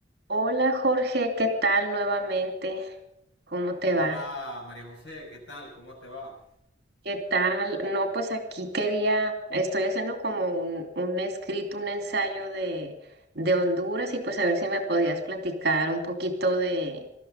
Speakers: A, on the right (about 55°); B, on the left (about 65°).
A: Hola Jorge, ¿qué tal nuevamente? ¿Cómo te
B: Hola
A: va?
B: María José, ¿qué tal? ¿Cómo te va?
A: ¿Qué tal? No, pues aquí quería, estoy haciendo como un, un escrito, un ensayo de, de Honduras y pues a ver si me podías platicar un poquito de,